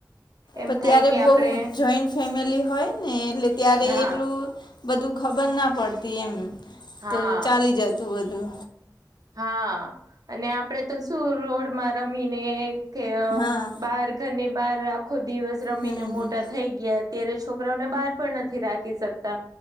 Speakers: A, on the right (about 55°); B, on the left (about 80°).
A: એમ
B: પણ ત્યારે
A: થાય કે
B: બહુ
A: આપડે
B: જોઈન્ટ ફેમિલી હોય ને એટલે ત્યારે
A: હા
B: એટલું બધું ખબર ના પડતી એમ
A: હા
B: તો ચાલી જતું બધું
A: હા અને આપડે તો શું રોડમાં રમીને કે
B: હા
A: બાર ઘરની બહાર આખો દિવસ રમીને
B: હમ
A: મોટા
B: હમ
A: થઈ ગયા અત્યારે છોકરાઓને બહાર પણ નથી રાખી શકતા